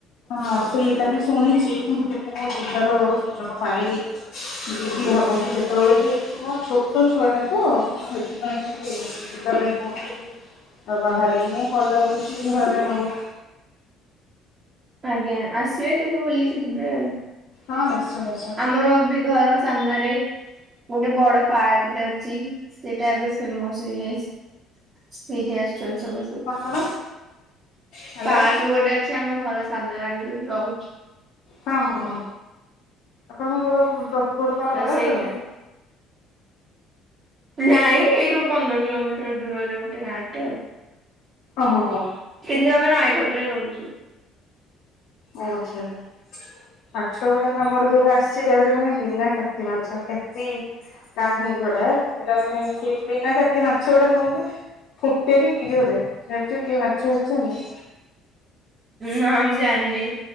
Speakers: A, on the left; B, on the right.
A: ହଁ ସେଇଟା ବି ଶୁଣିଚି କିନ୍ତୁ କେବେ ମୁଁ ଯିବାର ସୁଯୋଗ ପାଇନି। ଯିବି ଭାବୁଛୁ କେତେବେଳେ ବି ନା ଛୋଟ ଛୁଆଟା ତ ସେଥିପାଇଁ ଟିକେ ଯିବା ପାଇଁ କଉଠିକୁ ଟିକେ ଆଉ ବାହାରେନି ମୁଁ ଗଲା ମାନେ ସିଏ ବି ହଇରାଣ ହବ।
B: ଆଜ୍ଞା ଆସିବେ କେବେ ବୁଲିକି ଯିବେ ଆଉ
A: ହଁ ନିଶ୍ଚୟ ଆସି
B: ଆମର ବି ଘର ସାମ୍ନାରେ ଗୋଟେ ବଡ ପାର୍କଟେ ଅଛି ସେଇଟା ଏବେ ଫେମସ ହେଇଯାଇଛି। ସେଇଠି ଆସୁଛନ୍ତି ସମସ୍ତେ
A: କଣ କଣ ହ୍ୟାଲୋ
B: ପାର୍କ ଗୋଟେ ଅଛି ଆମ ଘର ସାମ୍ନାରେ ଆମେ ଯଉଠି ରହୁଛୁ।
A: ହଁ ହଁ ହଁ ଆପଣଙ୍କ ଘର ପ୍ରୋପର କଣ
B: ତ
A: ନୟାଗଡ଼?
B: ସେଇଟା ନାଇଁ ଏଇଠୁ ପନ୍ଦର କିଲୋମିଟର ଦୂରରେ ଗୋଟେ ଗାଁଟେ ଆଉ।
A: ଓହୋ ହୋ
B: କିନ୍ତୁ ଆମେ ନୟାଗଡ଼ ରେ ରହୁଛୁ।
A: ଓ ଆଚ୍ଛା ଆଚ୍ଛା ମାଛ ଗୁଡାକ ଆମର ଯୋଉଟା ଆସିଛି ସେଗୁଡା ମାନେ ବିନା କାତି ମାଛ କାତି ନାହିଁ ଯୋଉଟା ସେଟା ମାନେ ସେ ବିନା କାତି ମାଛ ଗୁଡା କଣ କୁ ଫୁଟେନି କି ଜୋରରେ ଜାଣିଛ କେମିତି ମାଛ ବାଛନ୍ତି?
B: ନାଁ ମୁଁ ଜାଣିନି।